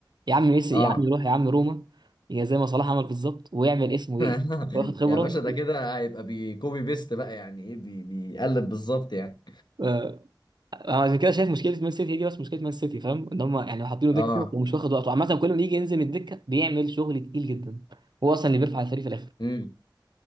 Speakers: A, on the right (about 65°); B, on the left (about 65°).
A: يا عم ميسي
B: اه
A: يا عم يروح يا عم روما يا زي ما صلاح عمل بالظبط ويعمل اسمه
B: <laughs>
A: ايه واخد خبره
B: يا باشا ده كده هيبقى بيكوبي بيست بقى يعني ايه بي... بيقلب بالظبط يعني
A: آه، أنا عشان كده شايف مشكله مان سيتي دي بس مشكله مان سيتي فاهم ان هم يعني حاطينه دكه
B: اه
A: ومش واخد وقته عامه كل ما يجي ينزل من الدكه بيعمل شغل تقيل جدا هو اصلا اللي بيرفع الفريق في الاخر
B: امم